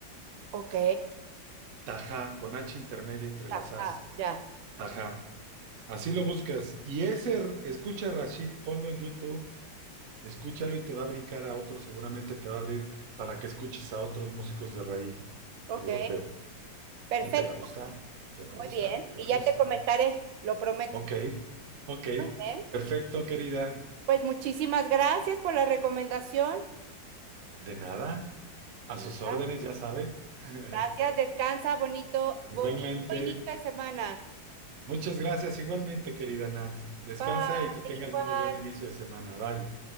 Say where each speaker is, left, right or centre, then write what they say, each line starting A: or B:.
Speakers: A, on the right; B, on the right.
A: ok,
B: Tajá, con H intermedia entre las
A: ajá,
B: As,
A: ya,
B: Tajá. Así lo buscas. Y ese, escucha Rashid, ponlo en YouTube Escúchalo y te va a brincar a otro, seguramente te va a abrir para que escuches a otros músicos de raíz
A: ok,
B: europeo.
A: perfecto,
B: Y te va a gustar, te va
A: muy
B: a gustar,
A: bien,
B: te
A: y
B: va a
A: ya
B: gustar.
A: te comentaré, lo prometo.
B: Ok, ok,
A: Bien,
B: perfecto, querida.
A: Pues muchísimas gracias por la recomendación.
B: De nada, a
A: No,
B: sus órdenes,
A: gracias.
B: ya sabe. <laughs>
A: Gracias, descansa, bonito, bonito
B: Igualmente,
A: inicio de semana.
B: muchas gracias, igualmente, querida Nan. Descansa
A: Bye,
B: y que tengas
A: bye.
B: muy buen inicio de semana. Bye.